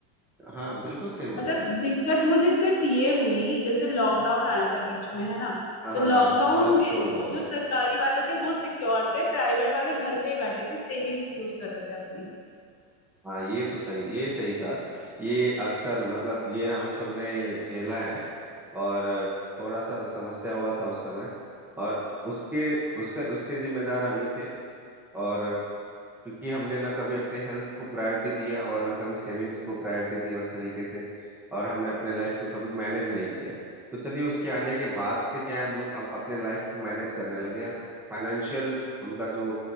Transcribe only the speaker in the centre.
हाँ बिल्कुल सही बोल
रहे हैं आप।
हाँ
तब
तो बहुत
बहुत।
हाँ ये तो सही ये सही कहा ये अक्सर मतलब ये हम सब ने झेला है और थोड़ा सा समस्या हुआ था उस समय और उसके उसका उसके जिम्मेदार हम ही थे और क्योंकि हमने ना कभी अपने हेल्थ को प्रायोरिटी दिया और ना कभी सेविंग्स को प्रायोरिटी दिया उस तरीके से और हमने अपने लाइफ को कभी मैनेज नहीं किया तो चलिए उसके आने के बाद से क्या है लोग अब अपने लाइफ को मैनेज करने लगे फाइनेंशियल उनका जो